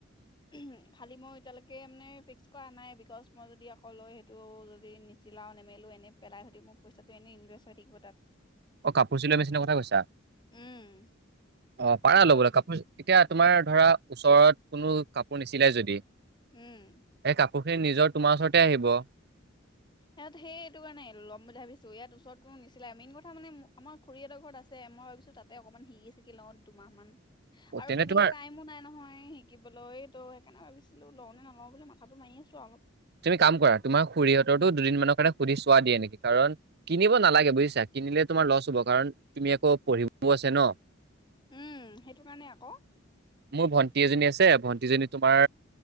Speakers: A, on the left; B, on the right.
A: উম খালী মই এতিয়ালৈকে মানে ফিক্স কৰা নাই বিকজ মই যদি আকৌ লৈ সেইটো যদি নিচিলাও নেমেলোঁ এনেই পেলাই থৈ দি মোৰ পইচাটো এনেই ইনভেষ্ট হৈ থাকিব তাত
B: অ কাপোৰ চিলোৱা মেচিনৰ কথা কৈছা
A: উম
B: অঁ পাৰা
A: তাৰপিছত
B: ল'বলৈ কাপোৰ এতিয়া তোমাৰ ধৰা ওচৰত কোনো কাপোৰ নিছিলাই যদি সেই
A: উম
B: কাপ পখীৰ নিজৰ তোমাৰ ওচৰতে আহিব।
A: ইয়াত সেই এইটো কাৰণে আহিলো ল'ম বুলি ভাবিছো ইয়াত ওচৰত কোনো নিচিনাই মেইন কথা মানে আমাৰ খুৰীহঁতৰ ঘৰত আছে মই ভাবিছো তাতে অকণমান শিকি চিিকি লওঁ দুমাহ মমান আৰু
B: তেনে
A: তেনেকে
B: তোমাৰ
A: টাইমো নাই নহয় শিকিবলৈ তো সেইকাৰণে ভাবিছিলোঁ লওঁ নে নলওঁ বুলি মাথাটো মাৰি আছোঁ আও
B: তুমি কাম কৰা তোমাৰ খুৰীহঁতৰো দুদিনমানৰ কাৰণে সুধি চোৱা দিয়ে নেকি কাৰণ কিনিব নালাগে বুজিছা কিনিলে তোমাৰ লছ হ'ব কাৰণ তুমি আকৌ পঢ়িবও আছে ন
A: উম সেইটো কাৰণে আকৌ
B: মোৰ ভন্টি এজনী আছে ভণ্টিজনী তোমাৰ